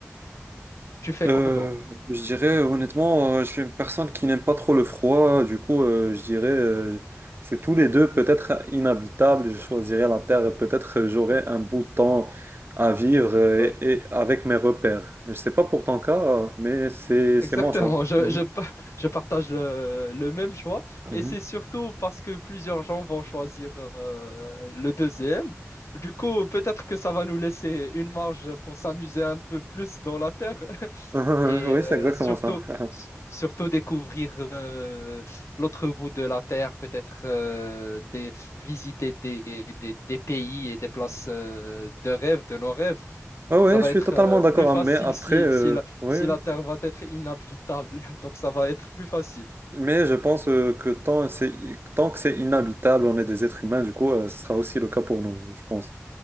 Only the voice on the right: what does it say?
Euh,
je dirais honnêtement, euh, je suis une personne qui n'aime pas trop le froid, du coup, euh, je dirais euh, c'est tous les deux peut-être inhabitables. Je choisirais la terre et peut-être euh, j'aurais un bout de temps à vivre euh,
et, et avec mes repères. Je sais pas pour ton cas, euh, mais c'est
c'est mon choix.
Mhm.
Mhm.
<laughs>
Oui,
c'est exactement
ça. <laughs>
Ah ouais,
je
suis
totalement
d'accord,
hein, mais après,
euh,
oui,
oui.
Mais je pense euh, que tant, c'est, tant que c'est inhabitable, on est des êtres humains, du coup, euh, ce sera aussi le cas pour nous, je pense.